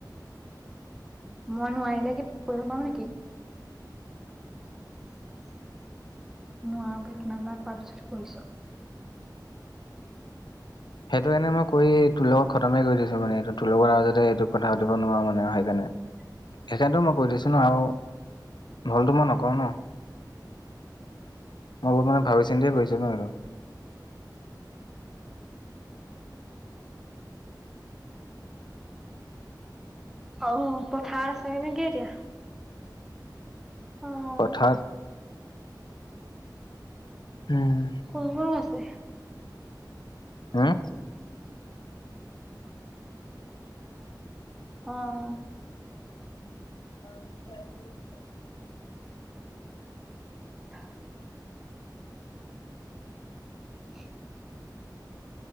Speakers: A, in the centre; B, on the left.
A: মই নোৱাৰিলে কি পঢ়িব পাৰোঁ নেকি? <inaudible> নোৱাৰো বুলি কিমানবাৰ কোৱাৰ পাছতো কৰিছো।
B: সেইটো এনে মই কৰি তোৰ লগত খতমেই কৰি দিছো মানে এইটো তোৰ লগত আৰু যাতে এইটো কথা সুধিব নোৱাৰো মানে সেইকাৰণে।
A: <inaudible>
B: সেইকাৰণেতো মই কৈ দিছোঁ ন, আৰু ভুলটো মই নকৰোঁ ন। মই বহুত মানে ভাবি-চিন্তিয়ে কৈছো ন এইটো।
A: অ মোৰ পথাৰ আছে নেকি এতিয়া? অ।
B: <inaudible> উম
A: কোন-কোন আছে?
B: হুম?
A: অহ।
B: <inaudible>
A: <inaudible> <inaudible>